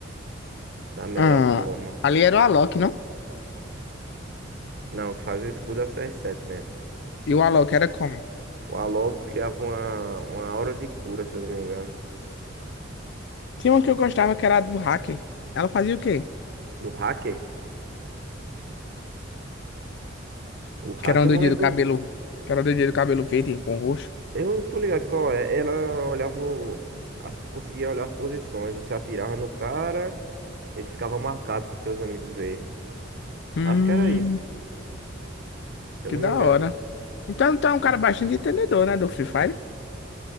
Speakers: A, on the right (about 55°); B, on the left (about 60°).
A: Da melhor
B: Ah,
A: forma.
B: ali era o Alok, não?
A: Não, o que fazia o escudo é o CR7 mesmo.
B: E o Alok era como?
A: O Alok criava uma, uma aura de cura, se eu não me engano.
B: Tinha uma que eu gostava que era a do hacker. Ela fazia o quê?
A: Do hacker? O hacker
B: Que era uma
A: eu
B: doidinha
A: não lembro.
B: do cabelo. Que era uma doidinha do cabelo verde com roxo.
A: Eu não tô ligado qual é. Ela olhava, o- as, conseguia olhar as posições. Você atirava no cara, ele ficava marcado pros seus amigos ver.
B: Hum,
A: Acho que era isso, se eu
B: Que
A: não
B: da
A: me engano.
B: hora. Então tu é um cara bastante entendedor, né, do Free Fire?